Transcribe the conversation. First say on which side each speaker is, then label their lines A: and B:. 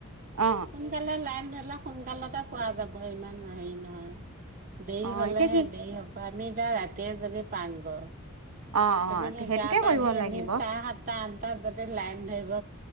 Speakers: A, on the right; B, on the right.
A: অ
B: সোনকালে লাইন ধৰিলে সোনকালতে পোৱা যাব, ইমান হেৰি নহয়। দেৰি
A: অ
B: হলেহে
A: এতিয়া কি
B: দেৰি হ'ব আমি কিবা ৰাতিয়ে যদি পাংগ
A: অ অ
B: তেনেকে
A: সেইটোকে
B: গা পা
A: কৰিব
B: ধুই
A: লাগিব
B: আমি চাহ সাতটা আনটা য লাইন নব